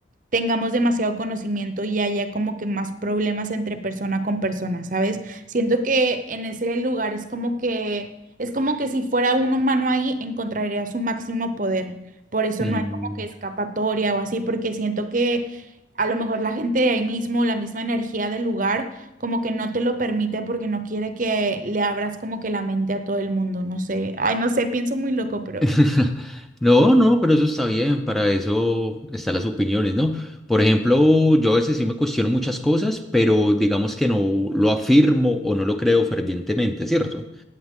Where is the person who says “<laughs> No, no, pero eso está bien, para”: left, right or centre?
Centre